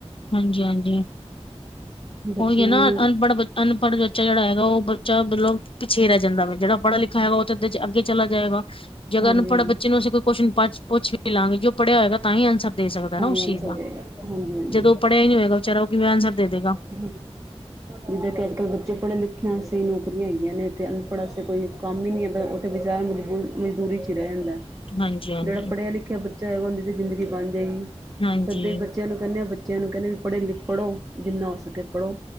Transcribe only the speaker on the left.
ਹਾਂਜੀ, ਹਾਂਜੀ
ਉਹੀ ਨਾ
ਅਨਪੜ੍ਹ ਬੱਚੇ ਅਨਪੜ੍ਹ ਬੱਚਾ ਜਿਹੜਾ ਹੈਗਾ ਉਹ ਬੱਚਾ ਮਤਲਬ ਪਿੱਛੇ ਰਹਿ ਜਾਂਦਾ ਵਾ ਜਿਹੜਾ ਪੜ੍ਹਾ ਲਿਖਾ ਹੈਗਾ ਉਹ ਇਹਦੇ ਚ ਅੱਗੇ ਚਲਾ ਜਾਏਗਾ। ਜਦੋ
ਅਨਪੜ੍ਹ
ਬੱਚੇ ਨੂੰ ਅਸੀ ਕੋਈ ਕੁਸ਼ਨ ਪ ਪੁੱਛ ਵੀ ਲਵਾਂਗੇੇ। ਓ ਪੜ੍ਹਿਆ ਹੋਏਗਾ, ਤਾਂ ਈ ਆਂਸਰ ਦੇ ਸਕਦਾ
ਨਾ
ਓਸ
ਚੀਜ਼ ਦਾ।
ਜਦੋਂ ਓ ਪੜਿਆ ਨੀ ਹੋਏਗਾ, ਵਿਚਾਰਾ ਉਹ ਕਿਵੇਂ ਆਂਸਰ ਦੇਦੇਗਾ?
ਹਾਂਜੀ ਹਾਂਜੀ
ਹਾਂਜੀ